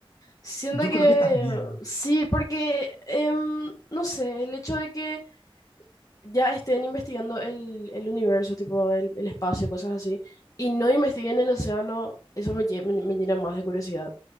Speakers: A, on the left; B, on the left.
A: Siento
B: Yo
A: que
B: creo que también.
A: sí, porque em, no sé, el hecho de que ya estén investigando el, el universo, tipo el, el espacio, cosas así, y no investiguen el océano, eso me, lle- me- me llena más de curiosidad.